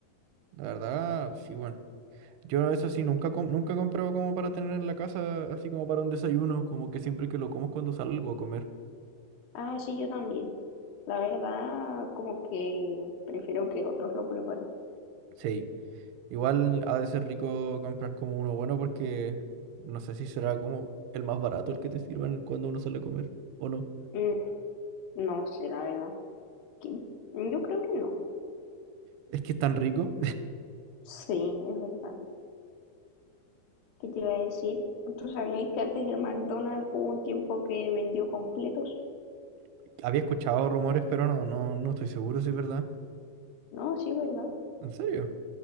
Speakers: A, on the right; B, on the left.
A: La verdad, sí, bueno. Yo eso sí, nunca, com- nunca he comprado como para tener en la casa, así como para un desayuno, como que siempre que lo como es cuando salgo a comer.
B: Ah, sí, yo también. La verdad, como que prefiero que otros lo preparen.
A: Sí. Igual ha de ser rico comprar como uno bueno porque no sé si será como el más barato el que te sirvan cuando uno sale a comer o no.
B: Mm, no sé, la verdad. Que- mm, Yo creo que no.
A: Es que es tan rico.
B: Sí, es verdad. ¿Qué te iba a decir? ¿Tú sabías que antes el McDonald's hubo un tiempo que vendió completos?
A: <laughs> Había escuchado rumores, pero no, no, no estoy seguro si es verdad.
B: No, sí, es verdad.
A: ¿En serio?